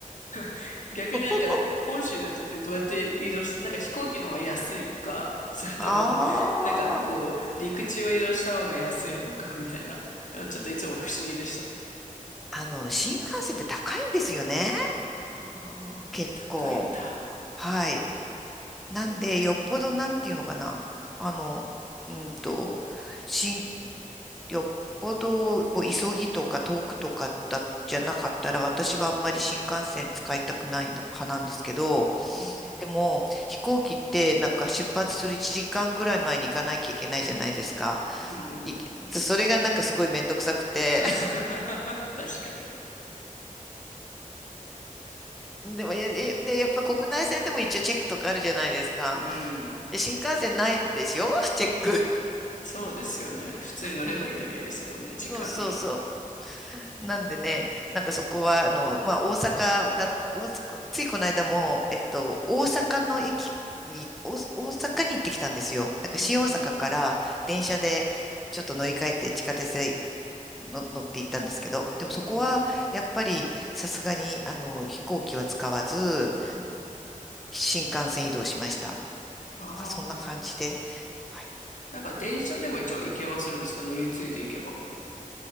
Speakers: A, on the left (about 60°); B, in the centre.
A: <laughs> 逆になんか本州の人ってどうやって移動し、
B: <laughs>
A: なんか飛行機の方が安いのか、<laughs> それともなんかこう陸地を移動した方が安いのか
B: ああ、
A: <laughs> みたいな。なんかちょっといつも不思議でした。
B: あの、新幹線って高いんですよね。
A: ああ、
B: 結構。
A: 高いんだ。
B: はい。なんで、よっぽどなんていうのかな。あの、うんと、新、よっぽど、こう、急ぎとか遠くとかだ、じゃなかったら、私はあんまり新幹線使いたくない派なんですけど、
A: うん。
B: でも、飛行機ってなんか出発する1時間ぐらい前に行かなきゃいけないじゃないですか。
A: うんうん。
B: いそれがなんかすごいめんどくさくて。
A: <laughs>
B: <laughs>
A: 確かに。
B: でも、いやいで、やっぱ国内線でも一応チェックとかあるじゃないですか。
A: うん。
B: で、新幹線ないでしょ <laughs> チェック。
A: そうですよね。普通に乗ればいいだけですもんね、
B: <laughs> うん。
A: 時間に。
B: そうそうそう。なんでね、なんかそこは、あの、まあ、大阪だ、大阪、ついこの間も、えっと、大阪の駅に、大大阪に行ってきたんですよ。だから新大阪から電車でちょっと乗り換えて地下鉄で
A: うん
B: の乗って行ったんですけど、でもそこはやっぱりさすがにあの飛行機は使わず
A: うん。うんうん。うんうん。
B: 新幹線移動しました。なんかそんな感じで。
A: ああ、
B: はい、
A: なんか電車でも一応行けはするんですか乗り継いで行けば。